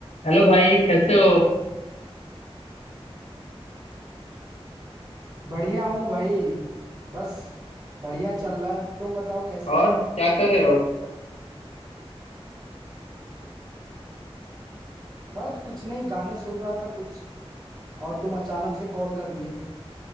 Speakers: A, on the left; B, on the right.
A: हेलो भाई कैसे हो
B: बढ़िया हूँ भाई बस बढ़िया चल रहा है तुम बताओ कैसे
A: और
B: हो
A: क्या कर रहे हो
B: बस कुछ नहीं गाने सुन रहा था कुछ और तुम अचानक से कॉल कर दिए